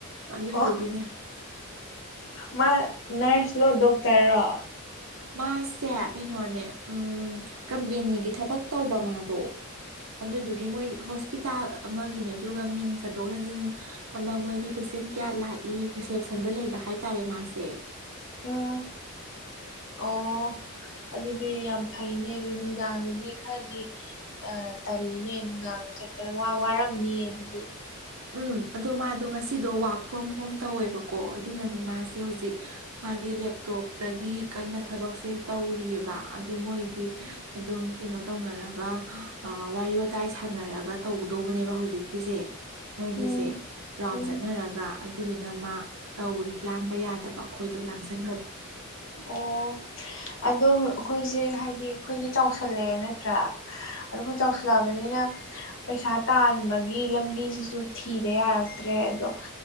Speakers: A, on the right; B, on the left.
A: ꯑꯗꯨꯏꯗꯨꯒꯤꯅꯦ
B: ꯑꯣ ꯃꯥ ꯅꯔꯁ ꯂꯣ ꯗꯣꯛꯇꯔꯔꯣ
A: ꯃꯥꯁꯦ ꯀꯩꯅꯣꯅꯦ ꯎꯝ ꯀꯝꯄꯦꯅꯤꯒꯤ ꯊꯕꯛ ꯇꯧꯕ ꯃꯥꯗꯣ ꯑꯗꯨꯗꯨꯒꯤ ꯃꯣꯏ ꯍꯣꯁꯄꯤꯇꯥꯜ ꯑꯃꯒꯤꯅꯦ ꯑꯗꯨꯒ ꯃꯤꯡ ꯆꯟꯊꯣꯛ ꯆꯟꯁꯤꯟ ꯑꯃ ꯃꯣꯏꯒꯤ ꯄꯦꯁꯦꯟ ꯀꯌꯥ ꯂꯥꯛꯏ ꯔꯤꯁꯦꯞꯁꯟꯗ ꯂꯩꯕ ꯍꯥꯏꯇꯥꯔꯦ ꯃꯥꯁꯦ
B: ꯎꯝ ꯑꯣ ꯑꯗꯨꯗꯤ ꯌꯥꯝ ꯐꯩꯅꯦ ꯑꯗꯨ ꯅꯨꯡꯗꯥꯡꯗꯗꯤ ꯈꯔꯗꯤ ꯑ ꯇꯜꯂꯤꯅꯦ ꯅꯨꯡꯗꯥꯡ ꯆꯠꯄꯗ ꯋꯥ ꯋꯥꯔꯝꯅꯤꯌꯦ ꯑꯗꯨꯗꯤ
A: ꯎꯝ ꯑꯗꯣ ꯃꯥꯗꯣ ꯉꯁꯤꯗꯣ ꯋꯥꯔꯛ ꯐ꯭ꯔꯣꯝ ꯍꯣꯝ ꯇꯧꯋꯦꯕꯀꯣ ꯑꯗꯨꯅꯅꯦ ꯃꯥꯁꯦ ꯍꯧꯖꯤꯛ ꯃꯥꯒꯤ ꯂꯦꯞꯇꯣꯞꯇꯒꯤ ꯀꯟꯅ ꯊꯕꯛꯁꯦ ꯇꯧꯔꯤꯑꯕ ꯑꯗꯨ ꯃꯣꯏꯗꯤ ꯑꯗꯨꯝ ꯀꯩꯅꯣ ꯇꯧꯅꯔꯒ ꯋꯥꯔꯤ ꯋꯥꯇꯥꯏ ꯁꯥꯟꯅꯔꯒ ꯇꯧꯗꯧꯕꯅꯦꯕ ꯍꯧꯖꯤꯛꯀꯤꯁꯦ ꯃꯣꯏꯒꯤꯁꯦ
B: ꯎꯝ
A: ꯔꯥꯎꯟ
B: ꯎꯝ
A: ꯆꯠꯅꯔꯒ ꯑꯗꯨꯗꯨꯅ ꯃꯥ ꯇꯧꯔꯤ ꯂꯥꯡꯕ ꯌꯥꯗꯕ ꯑꯩꯈꯣꯏꯗꯣ ꯂꯥꯡꯁꯟꯕꯗꯣ
B: ꯑꯣ ꯑꯗꯣ ꯑꯩꯈꯣꯏꯁꯦ ꯍꯥꯏꯗꯤ ꯑꯩꯈꯣꯏꯗꯤ ꯆꯥꯎꯁꯜꯂꯛꯑꯦ ꯅꯠꯇ꯭ꯔꯥ ꯑꯩꯈꯣꯏ ꯆꯥꯎꯁꯤꯜꯂꯛꯑꯕꯅꯤꯅ ꯄꯩꯁꯥ ꯇꯥꯟꯕꯒꯤ ꯂꯝꯕꯤꯁꯤꯁꯨ ꯊꯤꯗ ꯌꯥꯔꯛꯇ꯭ꯔꯦ ꯑꯗꯣ